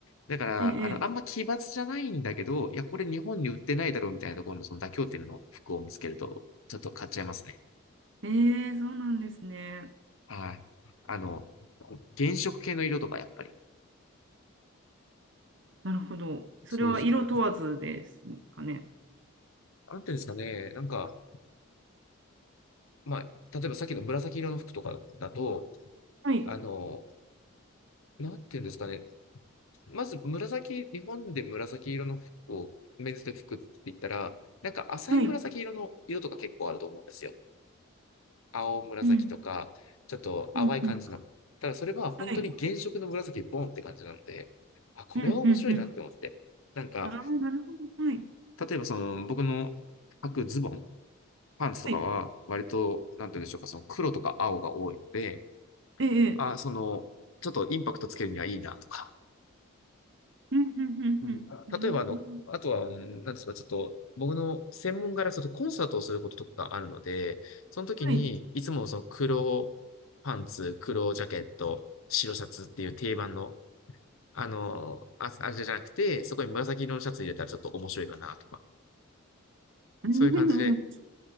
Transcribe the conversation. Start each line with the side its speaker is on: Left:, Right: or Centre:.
Left: だから、
Right: ええ、
Left: あの、あんま奇抜じゃないんだけど、いや、これ日本に売ってないだろうみたいなところのその妥協点の服を見つけると、ちょっと買っちゃいますね。
Right: ええ、ええそうなんですね。
Left: はい。あの、原色系の色とか、やっぱり。
Right: なるほど。それは色問わずですかね。
Left: そうそうなんていうんですかね。なんか、まあ、例えばさっきの紫色の服とかだと、
Right: はい、
Left: あの、なんていうんですかね。まず紫、日本で紫色の服を、メンズで服って言ったら、なんか浅い紫色の色とか結構あると思うんですよ。
Right: はい。
Left: 青紫とか、
Right: うん、
Left: ちょっと淡い感じの。
Right: うん、うん。
Left: ただそれは本当に原色の紫ボンって感じなので、
Right: はい。
Left: あ、これは面白いなって思って。
Right: うんうん
Left: なんか、
Right: うん。ああ、なるほど。はい。
Left: 例えばその、僕の履くズボン。パンツとかは、
Right: はい。
Left: 割と、なんて言うんでしょうか、その黒とか青が多いので、
Right: ええ。
Left: あー、
Right: ええ
Left: その、ちょっとインパクトつけるにはいいなとか。
Right: うんうんうんうん。
Left: うん例えば、
Right: なるほど。
Left: あの、あとは、うんなんですか、ちょっと、僕の専門柄、ちょっとコンサートをすることとかあるので、その時に、
Right: はい。
Left: いつもその黒パンツ、黒ジャケット、白シャツっていう定番の、あの、あ、あれじゃなくて、そこに紫色のシャツ入れたらちょっと面白いかなとか、
Right: うんうんうん。
Left: そういう感じで、
Right: <laughs>